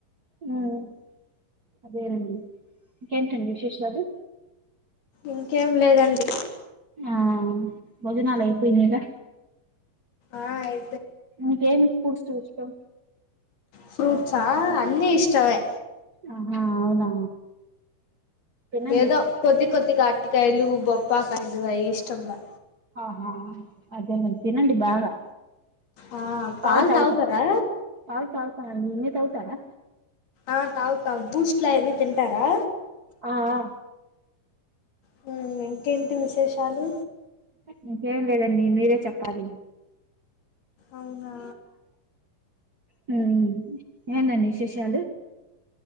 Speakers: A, on the right; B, on the left.
A: ఉమ్, అదేనండి ఇంకేంటండి విశేషాలు
B: ఇంకేం లేదండి
A: ఆ భోజనాలూయపోయినిగా
B: ఆ ఆయి
A: ఇక ఏం ఫ్రీట్స్ ఇష్టం
B: ఫ్రూట్సా అన్ని ఇష్టమే
A: ఆ హా అవునా తినండి
B: ఏదో కొద్ది కొద్దిగా అటికాయలు బొప్పాకాయలు అవి ఇష్టంలా
A: ఆ అదేలే తినండి బాగా
B: ఆ పాలు
A: పాల్తాగుతాం
B: తాగుతారా
A: పాల్తాగుతాం అండి ఇన్నే తౌతారా
B: ఆ తాగుతాం భూష్ట్లా ఆన్ని తింటారా
A: ఆ ఆ
B: హ్మ్ ఇంకేంటి విశేషాలు
A: మీకేం లేదండి మీరే చెప్పాలి
B: అవునా
A: హ్మ్ ఏంటండీ విశేషాలు